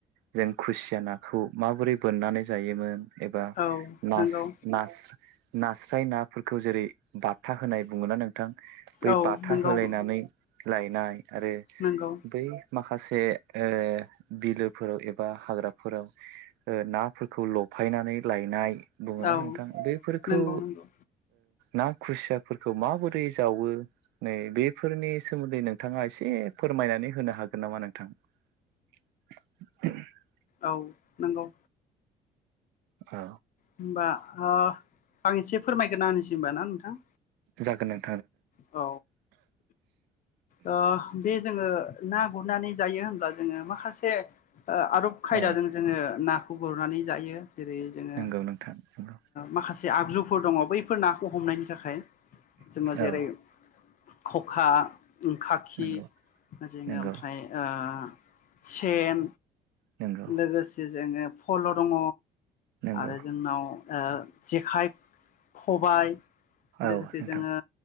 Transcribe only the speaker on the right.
जों खुसिया नाखौ माबोरै बोननानै जायोमोन। एबा
नास
नास नास्राय नाफोरखौ जेरै बाथा होनाय बुङोना नोंथां बै
बाथा
होलायनानै लायनाय आरो
बै माखासे ओ बिलोफोराव एबा हाग्राफोराव। ओ नाफोरखौ ल'फायनानै लायनाय। बुङोना
नोंथां बैफोरखौ
ना खुसियाफोरखौ माबोरै। जावो नै बेफोरनि सोमोन्दै नोंथाङा एसे फोरमायनानै होनो हागोन नामा नोंथां। <unintelligible>
औ
जागोन ओं।
औ
नंगौ
नोंथां नंगौ
औ
नंगौ
नंगौ
नंगौ
नंगौ
औ
नोंथां